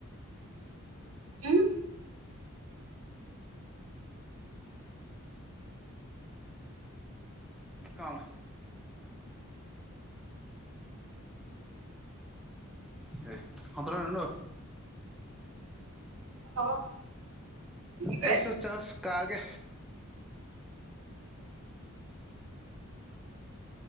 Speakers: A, on the right; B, in the centre.
A: ꯑꯝ
B: ꯀꯥꯟꯅ ꯑꯦ ꯍꯇ꯭ꯔꯅꯣ
A: <inaudible> ꯀꯩꯕ
B: ꯑꯩꯁꯨ ꯆꯁ ꯀꯥꯒꯦ